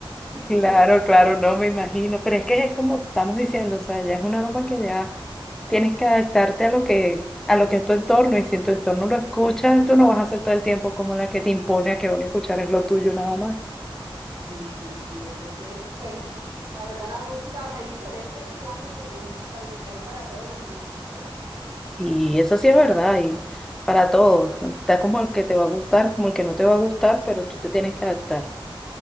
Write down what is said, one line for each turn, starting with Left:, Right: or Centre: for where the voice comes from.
Right: <laughs>
Centre: Claro,
Right: Entonces...
Centre: claro, no me imagino, pero es que es como estamos diciendo, o sea, ya es una aroma que ya tienes que adaptarte a lo que, a lo que es tu entorno, y si en tu entorno lo escuchas, tú no vas a ser todo el tiempo como la que te impone a que lo que escuchar es lo tuyo nada más.
Right: Sí, sí, sí. Entonces, pues, la verdad, la música, o sea, hay diferentes clases de música y hay para todos los gustos, ¿no?
Centre: Y eso sí es verdad, y para todos, está como el que te va a gustar, como el que no te va a gustar, pero tú te tienes que adaptar.